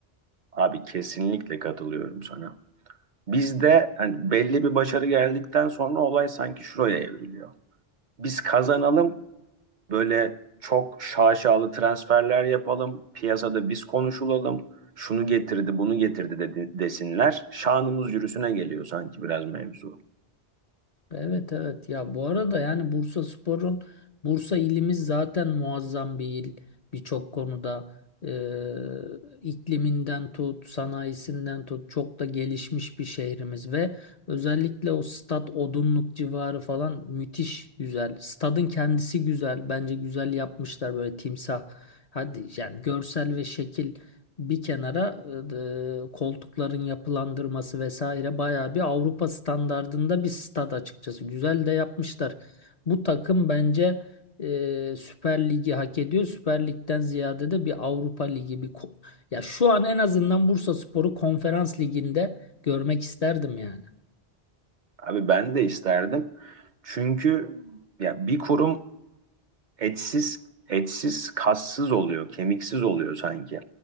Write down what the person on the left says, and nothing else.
Evet evet ya bu arada yani Bursaspor'un Bursa ilimiz zaten muazzam bir il birçok konuda Ee, ikliminden tut sanayisinden tut çok da gelişmiş bir şehrimiz ve özellikle o stat Odunluk civarı falan müthiş güzel stadın kendisi güzel bence güzel yapmışlar böyle timsah hadi yani görsel ve şekil bir kenara e, koltukların yapılandırması vesaire bayağı bir Avrupa standardında bir stad açıkçası. Güzel de yapmışlar. Bu takım bence e, Süper Lig'i hak ediyor. Süper Lig'den ziyade de bir Avrupa Ligi bir ko- ya şu an en azından Bursaspor'u Konferans Ligi'nde görmek isterdim yani.